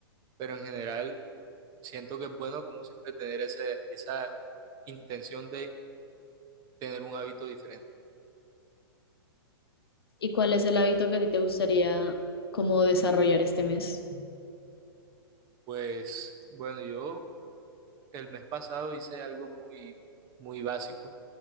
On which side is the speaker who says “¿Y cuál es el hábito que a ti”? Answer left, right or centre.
Left